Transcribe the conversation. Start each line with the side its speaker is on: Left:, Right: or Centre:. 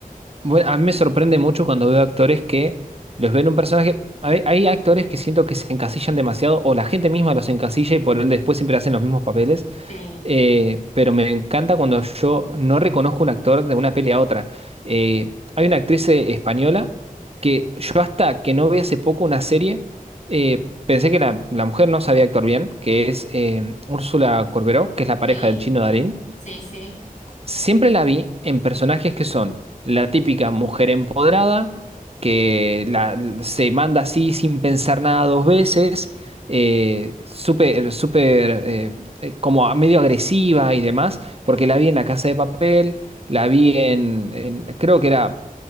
Right: Bueno, a mí me sorprende mucho cuando veo actores que los ven un personaje. Hay, hay actores que siento que se encasillan demasiado, o la gente misma los encasilla y por ende después siempre hacen los mismos papeles.
Left: Sí,
Right: Eh, pero me encanta cuando yo no reconozco un actor de una peli a otra. Eh, hay una actriz eh, española que yo hasta que no vi hace poco una serie, eh, pensé que la, la mujer no sabía actuar bien, que es eh, Úrsula Corberó, que es la pareja
Left: sí,
Right: del chino Darín.
Left: sí, sí.
Right: Siempre la vi en personajes que son la típica mujer empoderada, que la- se manda así sin pensar nada dos veces, eh, súper, súper, eh, eh, como a- medio agresiva y demás, porque la vi en La Casa de Papel, la vi en, en- creo que era